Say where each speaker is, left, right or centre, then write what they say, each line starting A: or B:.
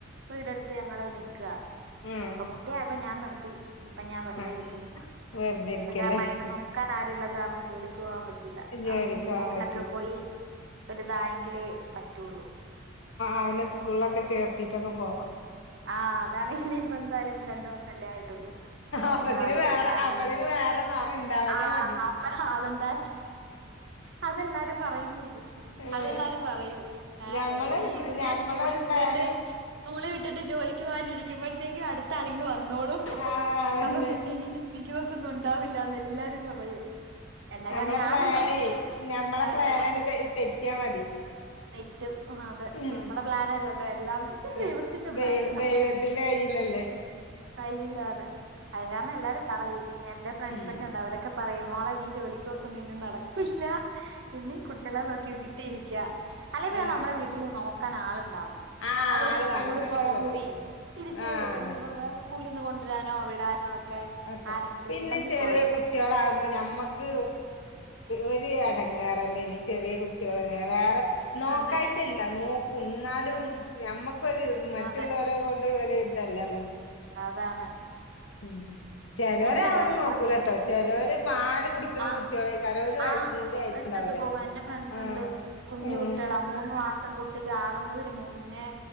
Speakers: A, on the right (about 65°); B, on the left (about 75°).
A: വീടെടുത്ത് ഞങ്ങള് നിൽക്കാ.
B: ആഹ്
A: ഇപ്പൊ കുട്ടിയായപ്പോ ഞാൻ നിർത്ത ത്തി ഇപ്പൊ ഞാൻ വെറുതെ
B: ആഹ്
A: ഇരിക്കുന്നു
B: വെറുതെ ഇരിക്കല്ലേ
A: കാരണം അതിന് നോക്കാൻ ആരുല്ല ത്താ കാരണം ജോലിക്ക് പോവാൻ പറ്റും.
B: ജോലിക്ക്
A: അവളി സ്കൂളിലൊക്കെ
B: പോകാൻ പറ്റില്ല
A: പോയി ഒരുതായെങ്കിലേ പറ്റുള്ള
B: അവന സ്കൂളിലൊക്കെ ചേർത്തിട്ടൊക്കെ പോവാൻ
A: ആ അതാണ് ഇനിയിപ്പോ എന്തായാലും രണ്ടു വയസ്സല്ലേ ആയിട്ടുള്ളൂ മൂന്ന്
B: അപ്പത്തിന്
A: മൂന്നര വയസ്സൊക്കെ
B: വേറെ
A: ആകു
B: അപ്പത്തിന് വേറെ ഇണ്ടാവാഞ്ഞാ
A: ആ
B: മതി
A: അപ്പ അതുണ്ട് അതെല്ലാരും പറയുന്നുണ്ട്.
B: ഏഹ്
A: അതെല്ലാരും പറയും ഏ
B: ഞമ്മളൊരു
A: നീ
B: പ്ല-
A: ഇതിനെ
B: ഞമ്മളൊരു
A: സ്കൂളിൽ വിട്ടിട്ട്
B: പ്ലാനും
A: സ്കൂളിൽ വിട്ടിട്ട് ജോ ലിക്ക് പോകാനിരിക്കുമ്പഴത്തേക്ക അടുത്ത ആളിങ് വന്നോളും ഹ്ഹ്
B: ആഹ്
A: അപ്പോ പിന്നെ ഇനി ജോലിക്ക് പോക്ക് തൊന്നും ഉണ്ടാവില്ലന്ന് എല്ലാരും പറയും. എല്ലാരും
B: നമ്മളെ
A: അങ്ങനെ
B: പ്ലാനേ
A: ആണല്ലോ.
B: നഞമ്മളെ
A: അതെ
B: പ്ലാനണ് തെറ്റാ മതി
A: തെറ്റും അതെ
B: ഉം
A: നമ്മുടെ പ്ലാനല്ലല്ലോ എല്ലാം
B: ഏ,
A: ദൈവ വത്തിന്റെ പ്ലാനാ
B: ദൈവ ദൈവത്തിന്റെ കയ്യിലല്ലേ
A: കയ്യിലാണ് അത് കാരണം എല്ലാരും പറയും എന്റെ ഫ്രണ്ട്സ്
B: ഉം
A: ഒക്കെ ഉണ്ട് അവരൊക്കെ പറ പറയും മോളെ നീ ജോലിക്ക് നോക്കും ഇന്നും നടക്കില്ല ഇ കുട്ടികളെ നോക്കി വിട്ടിരിക്ക അല്ലെ പിന്നെ
B: ഏഹ്
A: നമ്മുടെ വീട്ടിൽ നോക്കാൻ ആളുണ്ടാവണം
B: ആഹ്
A: അവരിപ്പ
B: ആള്
A: സ്
B: വേണം
A: സ്കൂളിൽ
B: എന്നാ
A: പോയലുമേ
B: പിന്നെ കൊ
A: തിരിച്ച്
B: ആഹ് അത്
A: സ്കൂളിൽ നിന്ന് കൊണ്ടുവരാനോ വിടാനോ ഒക്കെ
B: ക്കെ
A: ആരെങ്കിലും
B: പിന്നെ
A: ഉണ്ടെങ്കി
B: ചെറിയ
A: കൊഴപ്പ
B: കുട്ടികളാകുമ്പോ ഞമ്മ ക്ക് ഒരു അടങ്ങാർ തന്നെയണ ചെറിയ കുട്ടികൾ ഇങ്ങനെ വേറെ നോക്കായിട്ടല്ല
A: അതെ
B: നോക്കും എന്നാലും നമ്മക്കൊരു മറ്റുള്ളവരെ
A: അതെ
B: ണ്ട് ഒരിതല്ലേ നമുക്ക്
A: അതാണ്
B: മ് ചിലരാന്നും
A: ഉണ്ട് ഡേ
B: നോക്കൂല
A: കറ
B: കേട്ടോ ചിലര് പാല് കുടിക്കണ
A: ആ
B: കുട്ടികളെക്കാരം ഒരു വയസ്സും
A: ആഹ്
B: കൂടി ആയിട്ടുണ്ടാവൂല
A: ഇട്ടിട്ട് പോക എന്റെ ഫ്രണ്ട്സ്
B: ആഹ്
A: ഉണ്ട് കുഞ്ഞു
B: ഉം
A: കുട്ടികളാ മൂന്ന് മാസം കുട്ടിക്ക് ആകുന്നതിന് മുന്നേ